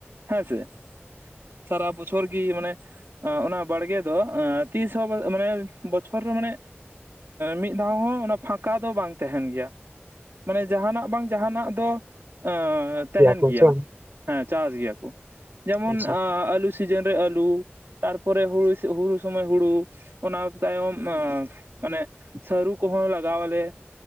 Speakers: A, on the right; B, on the right.
A: ᱦᱮᱸ ᱥᱮ ᱥᱟᱨᱟ ᱵᱚᱪᱷᱚᱨ ᱜᱮ ᱢᱟᱱᱮ ᱚᱱᱟ ᱵᱟᱲᱜᱮ ᱫᱚ ᱛᱤᱥ ᱦᱚᱸ ᱢᱟᱱᱮ ᱵᱚᱪᱷᱚᱨ ᱨᱮ ᱢᱟᱱᱮ ᱢᱤᱫ ᱫᱷᱟᱣ ᱦᱚᱸ ᱚᱱᱟ ᱯᱷᱟᱸᱠᱟ ᱫᱚ ᱵᱟᱝ ᱛᱟᱦᱮᱱ ᱜᱮᱭᱟ᱾ ᱢᱟᱱᱮ ᱡᱟᱦᱟᱱᱟᱜ ᱵᱟᱝ ᱡᱟᱦᱟᱱᱟᱜ ᱫᱚ ᱮᱻ ᱛᱟᱦᱮᱱ
B: ᱠᱚ
A: ᱜᱮᱭᱟ᱾
B: ᱥᱮ ᱵᱟᱝ
A: ᱦᱮᱸ ᱪᱟᱥ ᱜᱮᱭᱟ ᱠᱚ ᱡᱮᱢᱚᱱ
B: ᱟᱪᱪᱷᱟ
A: ᱟᱻᱟᱞᱩᱼᱼ ᱥᱤᱡᱚᱱ ᱨᱮ ᱟᱞᱩ ᱛᱟᱨᱯᱚᱨᱮ ᱦᱩᱲᱩ ᱦᱩᱲᱩ ᱥᱚᱢᱚᱭ ᱦᱩᱲᱩ᱾ ᱚᱱᱟ ᱛᱟᱭᱚᱢ ᱢᱟᱱᱮ ᱥᱟᱹᱨᱩ ᱠᱚᱦᱚᱸ ᱞᱟᱜᱟᱣᱟᱞᱮ᱾